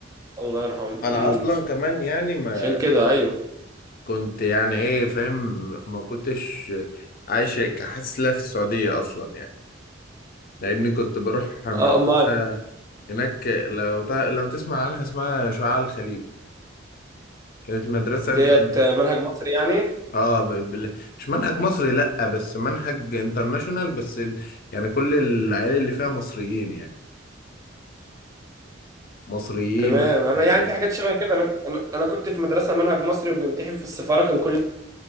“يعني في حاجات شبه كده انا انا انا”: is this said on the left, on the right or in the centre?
Right